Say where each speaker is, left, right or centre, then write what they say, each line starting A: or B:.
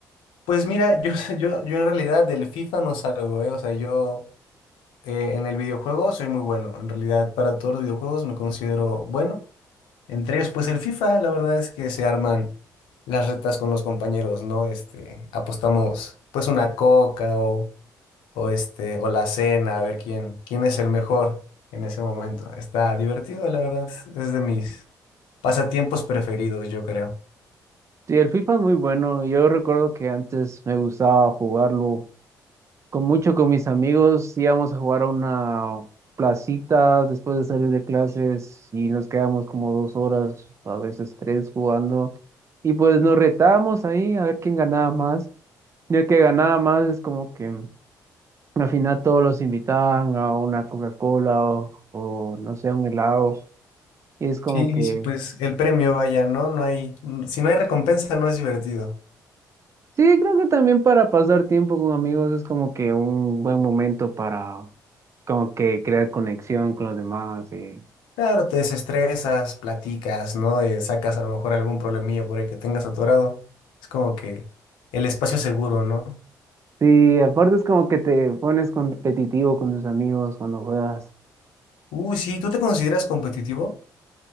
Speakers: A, on the left; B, on the right.
A: Pues mira, yo, <laughs> yo, yo en realidad del FIFA no salgo, ¿eh? O sea, yo... Eh, en el videojuego soy muy bueno. En realidad, para todos los videojuegos me considero bueno. Entre ellos, pues el FIFA, la verdad es que se arman las retas con los compañeros, ¿no? Este, apostamos pues una coca o, o este, o la cena, a ver quién, quién es el mejor en ese momento. Está divertido, la verdad. Es de mis pasatiempos preferidos, yo creo.
B: Sí, el FIFA es muy bueno. Yo recuerdo que antes me gustaba jugarlo con mucho con mis amigos. Íbamos a jugar a una placita después de salir de clases y nos quedábamos como dos horas, a veces tres jugando. Y pues nos retábamos ahí a ver quién ganaba más. Y el que ganaba más es como que al final todos los invitaban a una Coca-Cola o, o, no sé, a un helado. Y es como
A: Sí, sí,
B: que
A: sí, pues el premio, vaya, ¿no? No hay, si no hay recompensa, no es divertido.
B: Sí, creo que también para pasar tiempo con amigos es como que un buen momento para como que crear conexión con los demás. Y,
A: Claro, te desestresas, platicas, ¿no? Eh, sacas a lo mejor algún problemilla por ahí que tengas atorado. Es como que el espacio seguro, ¿no?
B: sí, aparte es como que te pones competitivo con tus amigos cuando juegas.
A: Uy, sí, ¿tú te consideras competitivo?